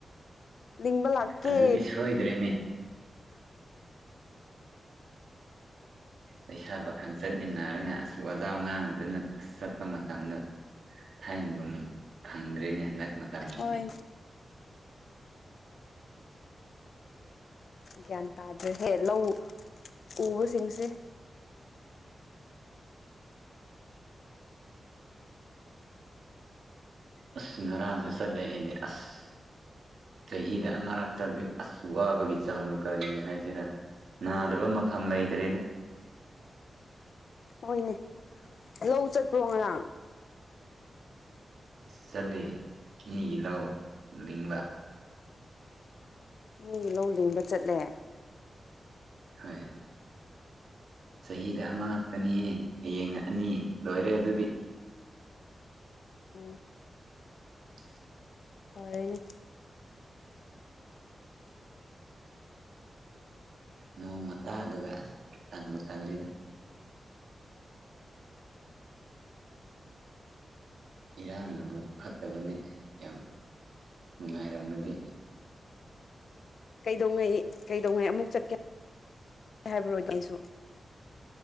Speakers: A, on the left; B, on the right.
A: ꯂꯤꯡꯕ ꯂꯥꯛꯀꯦ
B: ꯑꯗꯨꯗꯤ ꯁꯣꯏꯗ꯭ꯔꯦꯅꯦ ꯂꯩꯁꯥ ꯄꯥꯈꯪ ꯆꯠꯃꯤꯟꯅꯔꯒ ꯑꯁ ꯋꯥꯖꯥꯎ ꯉꯥꯡꯂꯗꯅ ꯑꯁ ꯆꯠꯄ ꯃꯇꯝꯗ ꯊꯥꯏꯅꯒꯨꯝ ꯐꯪꯗ꯭ꯔꯦꯅꯦ ꯍꯟꯗꯛ ꯃꯇꯝꯁꯤꯗꯤ
A: ꯍꯣꯏ ꯒ꯭ꯌꯥꯟ ꯇꯥꯗ꯭ꯔꯦꯍꯦ ꯂꯧ ꯎꯕꯁꯤꯡꯁꯦ
B: ꯑꯁ ꯉꯔꯥꯡꯒ ꯆꯠꯂꯦ ꯑꯩꯗꯤ ꯑꯁ ꯆꯍꯤꯗ ꯑꯃꯔꯛ ꯆꯠꯂꯤ ꯑꯁ ꯋꯥꯕꯒꯤ ꯆꯥꯡꯗꯣ ꯀꯔꯤ ꯍꯥꯏꯁꯤꯔꯥ ꯅꯥꯗꯕ ꯃꯐꯝ ꯂꯩꯇ꯭ꯔꯦꯗ
A: ꯍꯣꯏꯅꯦ ꯂꯧ ꯆꯠꯄ꯭ꯔꯣ ꯉꯔꯥꯡ
B: ꯆꯠꯂꯤ ꯃꯤꯒꯤ ꯂꯧ ꯂꯤꯡꯕ
A: ꯎꯝ ꯃꯤꯒꯤ ꯂꯧ ꯂꯤꯡꯕ ꯆꯠꯂꯦ
B: ꯍꯣꯏ ꯆꯍꯤꯗ ꯑꯃ ꯉꯥꯛꯇꯅꯤ ꯍꯌꯦꯡꯅ ꯑꯅꯤ ꯂꯣꯏꯔꯦ ꯑꯗꯨꯗꯤ
A: ꯎꯝ
B: <unintelligible>
A: ꯐꯥꯔꯦꯅꯦ
B: ꯅꯣꯡ ꯃꯇꯥꯗꯨꯒ ꯇꯟꯕꯨ ꯇꯜꯂꯤꯗ ꯏꯔꯥꯡꯅꯕꯨ ꯐꯠꯇꯕꯅ‌ꯦ ꯌꯥꯝ ꯅꯨꯡꯉꯥꯏꯔꯝꯂꯗꯤ
A: ꯀꯩꯗꯧꯉꯩ ꯀꯩꯗꯧꯉꯩ ꯑꯃꯨꯛ ꯆꯠꯀꯦ <inaudible> ꯍꯥꯏꯕꯔꯣꯅꯦ ꯑꯩꯁꯨ